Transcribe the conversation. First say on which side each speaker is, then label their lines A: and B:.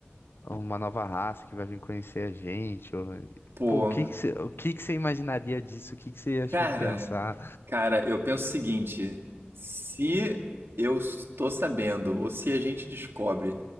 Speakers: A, on the left; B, on the right.
A: uma nova raça que vai vir conhecer a gente. ou-
B: pô,
A: Pô, o que que você, o que que você imaginaria disso? O que que você ia, tipo,
B: cara,
A: pensar?
B: cara, eu penso o seguinte, se eu estou sabendo, ou se a gente descobre